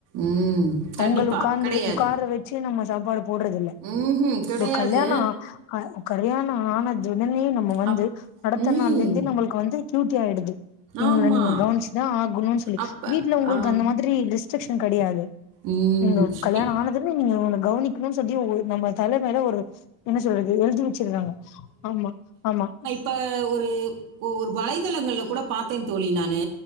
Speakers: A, on the right (about 55°); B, on the left (about 60°).
A: ம். கண்டிப்பா.
B: அவுங்களு இந்துலு
A: கிடையாது.
B: உக்கார வெச்சு நம்ம சாப்பாடு போடுறதுல்ல
A: ம்ஹ்ம். கிடையாது.
B: இப்ப கல்யாண ஆ கல்யாணம் ஆனத்துடனே நம்ம வந்து
A: அப்
B: அடுத்த
A: ம்.
B: நாள்லலேந்தே நம்மளுக்கு வந்து க்யூட்டி ஆய்டுது இபவ்ங்ள
A: ஆமா.
B: நீங்க கவ்னுச்சுதா ஆகுணுன் சொல்லி
A: அப்ப
B: வீட்ல உங்குள்க்கு
A: ஆ
B: அந்த மாதுரி ரிஸ்டக்க்ஷன் கடுயாது
A: ம்.
B: நீங்கோ கல்யாண
A: இ
B: ஆனதுமே நீங்க அவ்ங்ள கவ்னிக்ணுன் சொல்லி நம்ம தல மேல ஒரு என்ன சொல்றது எழ்தி வச்சிறாங்க ஆமா ஆமா
A: ப ஒரு ஒரு கு வளைதளங்கள்ல கூட பாத்தே தோழி நானு